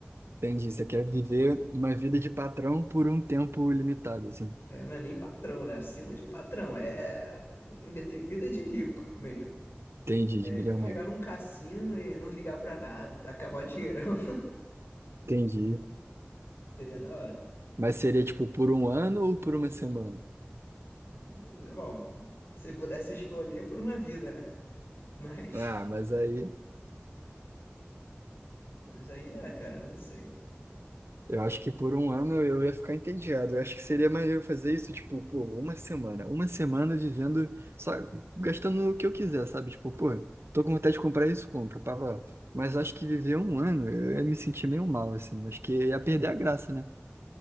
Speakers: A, on the right; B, on the left.
A: Entendi. Você quer viver uma vida de patrão por um tempo limitado, assim.
B: É, não é nem patrão, né? Acima de patrão. É vida vida de rico mesmo.
A: Entendi,
B: É
A: de milionário.
B: tipo chegar num cassino e não ligar pra nada, acabar dinheirão. <laughs>
A: Entendi.
B: Seria da hora.
A: Mas seria tipo por um ano ou por uma semana?
B: Uhum. Bom, se pudesse escolher por uma vida, né? Mas,
A: Ah, mas aí.
B: mas aí é, cara, não sei.
A: Eu acho que por um ano eu ia ficar entediado. Eu acho que seria maneiro fazer isso, tipo, pô, uma semana. Uma semana vivendo, só gastando o que eu quiser, sabe? Tipo, pô, tô com vontade de comprar isso, compra, pá, pá. Mas acho que viver um ano, eu ia me sentir meio mal, assim. Acho que ia perder a graça, né?